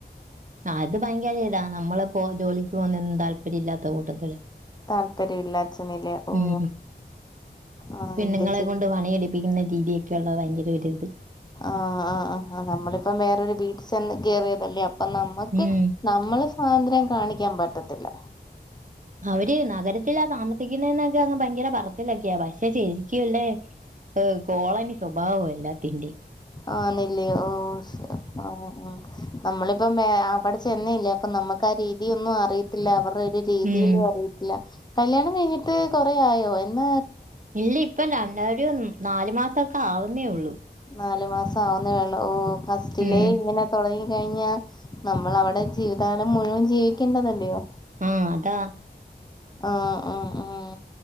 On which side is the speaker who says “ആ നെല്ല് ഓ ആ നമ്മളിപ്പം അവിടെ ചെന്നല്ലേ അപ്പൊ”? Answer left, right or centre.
Left